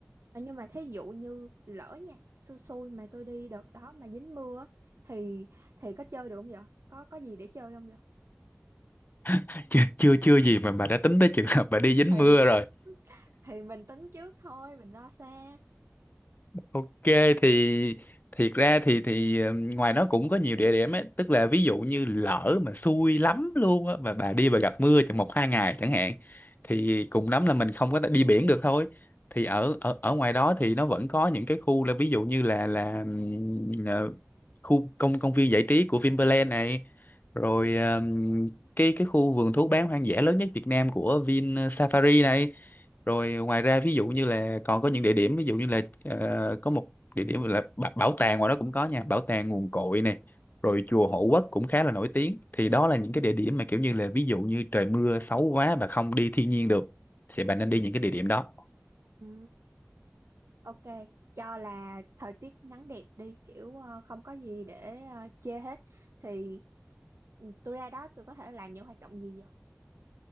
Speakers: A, on the right; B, on the left.
A: Ờ, Nhưng mà thí dụ như lỡ nha, xui xui mà tôi đi đợt đó mà dính mưa á, thì thì có chơi được không vậy? Có có gì để chơi không vậy?
B: <laughs> chưa chưa chưa gì mà bà đã tính tới trường hợp bà đi dính
A: Thì
B: mưa
A: <laughs> thì mình tính trước thôi, mình lo xa.
B: Ok thì thiệt ra thì thì ừm, ngoài nó cũng có nhiều địa điểm ấy, tức là ví dụ như lỡ mà xui lắm luôn á mà bà đi bà gặp mưa trong một hai ngày chẳng hạn thì cùng lắm là mình không có thể đi biển được thôi thì ở ở ở ngoài đó thì nó vẫn có những cái khu là ví dụ như là là ừm, ờ, khu công công viên giải trí của Vinpearl này rồi ừm, cái cái khu vườn thú bán hoang dã lớn nhất Việt Nam của Vin ờ, Safari này rồi ngoài ra ví dụ như là còn có những địa điểm ví dụ như là ờ, có một địa điểm là ba- bảo tàng ngoài đó cũng có nha bảo tàng nguồn cội này rồi chùa Hộ Quốc cũng khá là nổi tiếng thì đó là những cái địa điểm mà kiểu như là ví dụ như trời mưa xấu quá và không đi thiên nhiên được thì bạn nên đi những cái địa điểm đó
A: Ừ. Ok, cho là thời tiết nắng đẹp đi kiểu ờ, không có gì để ờ, chê hết thì tôi ra đó tôi có thể làm những hoạt động gì vậy?